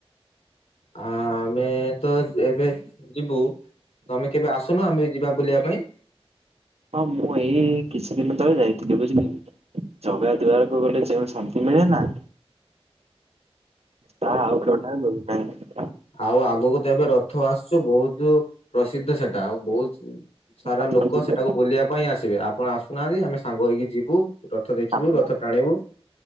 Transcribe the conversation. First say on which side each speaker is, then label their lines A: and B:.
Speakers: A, on the left; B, on the right.
A: ଆ ଆମେ ତ ଏବେ ଯିବୁ। ତମେ କେବେ ଆସୁନ ଆମେ ଯିବା ବୁଲିବା ପାଇଁ।
B: ହଁ ମୁଁ ଏଇ କିଛି ଦିନ ତଳେ ଯାଇଥିଲି ବୁଝିଲେ କି? ଜଗା ଦୁଆାରକୁ ଗଲେ ଯେଉଁ ଶାନ୍ତି ମିଳେ ନା। ତା ଆଉ କେଉଁଠାରେ ମିଳିନାହିଁ।
A: ଆଉ ଆଗକୁ ତ ଏବେ ରଥ ଆସୁଛୁ ବହୁତ ପ୍ରସିଦ୍ଧ ସେଟା ଆଉ ବହୁତ ସାରା
B: ଆପଣ
A: ଲୋକ
B: ଯିବେ
A: ସେଟାକୁ ବୁଲିବା ପାଇଁ ଆସିବେ ଆପଣ ଆସୁନାହାନ୍ତି ଆମେ ସାଙ୍ଗ ହେଇକି ଯିବୁ। ରଥ ଦେଖିବୁ
B: ଆପଣ
A: ରଥ ଟାଣିବୁ।